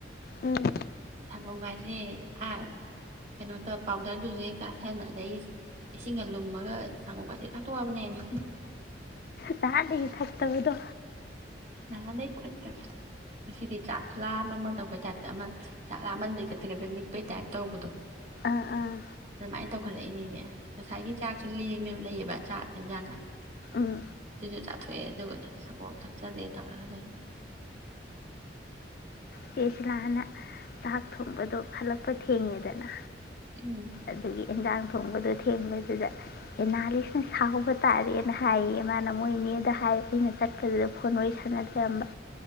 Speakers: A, on the left; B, on the right.
A: ꯎꯝ
B: ꯁꯪꯒꯣꯝꯒꯖꯦ ꯑ ꯀꯩꯅꯣꯗ ꯄꯥꯎꯗꯔꯗꯨꯖꯨ ꯍꯦꯛ ꯆꯥꯁꯟ ꯑꯗꯩ ꯏꯁꯤꯡꯒ ꯂꯨꯝꯃꯒ ꯁꯪꯒꯣꯝꯒꯁꯦ ꯍꯥ ꯇꯨ ꯋꯥꯕꯅꯦꯟ ꯍꯨꯝ
A: ꯅꯍꯥꯟꯗꯒꯤ ꯊꯛꯄꯅꯤꯗꯣ
B: ꯅꯍꯥꯟꯗꯩ ꯐꯠꯇꯕꯗꯣ ꯉꯁꯤꯗꯤ ꯆꯥꯛ ꯈꯨꯂꯥꯝ ꯑꯃ ꯑꯃ ꯇꯧꯕ ꯇꯥꯏꯞꯇ ꯑꯃ ꯆꯥꯛ ꯂꯥꯃꯟꯕꯩ ꯒꯊ ꯒꯗ ꯅꯤꯛꯄꯩ ꯇꯥꯏꯞ ꯇꯧꯕꯗꯣ
A: ꯑꯥ ꯑꯥ
B: ꯃꯥꯏꯅ ꯇꯧꯈꯠꯂꯛꯏꯅꯤꯅꯦ ꯉꯁꯥꯏꯒꯤ ꯆꯥꯛꯁꯨ ꯂꯦꯝꯃꯦ ꯂꯩꯌꯦꯕ ꯆꯥꯛ ꯏꯟꯖꯥꯡꯒ
A: ꯎꯝ
B: ꯁꯤꯖꯨ ꯆꯥꯊꯣꯛꯑꯦ ꯑꯗꯨꯒ ꯁꯪꯒꯣꯝ ꯊꯛ ꯆꯂꯦ ꯇꯧꯔꯒ ꯂꯩꯅꯨ
A: ꯆꯦ ꯁꯤꯂꯥꯅ ꯆꯥꯛ ꯊꯣꯡꯕꯗꯣ ꯍꯜꯂꯛꯄ ꯊꯦꯡꯉꯦꯗꯅ
B: ꯎꯝ
A: ꯑꯗꯨꯒꯤ ꯑꯦꯟꯖꯥꯡ ꯊꯣꯡꯕꯗꯣ ꯊꯦꯡꯕꯗꯨꯗ ꯑꯦꯅꯥꯂꯤꯁꯅ ꯁꯥꯎꯕ ꯇꯥꯔꯦꯅ ꯍꯥꯏꯌꯦꯌꯦ ꯃꯥꯅ ꯃꯣꯏꯅꯦꯗ ꯍꯥꯏ ꯑꯩꯅ ꯆꯠꯄꯗꯨꯗ ꯐꯣꯟ ꯋꯥꯔꯤ ꯁꯥꯟꯅ ꯂꯩꯔꯝꯕ